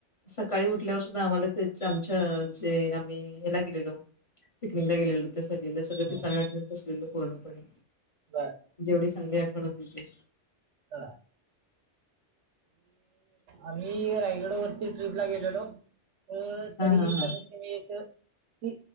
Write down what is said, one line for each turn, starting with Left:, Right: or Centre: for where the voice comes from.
Left: सकाळी उठल्यावर सुद्धा आम्हाला त्या ते आम्ही हयाला गेलेलो पिकनिकला गेलेलो त्या स सगळ
Right: हं,
Left: ते चांगल्या आठवणत बसलेल पूर्णपणे
Right: बरं.
Left: जेवढी चांगली आठवण हो हो ती
Right: हा आम्ही रायगडा वरती ट्रीपला गेलेलो अ
Left: हा
Right: तरी
Left: हा हा.
Right: कमीत कमी एक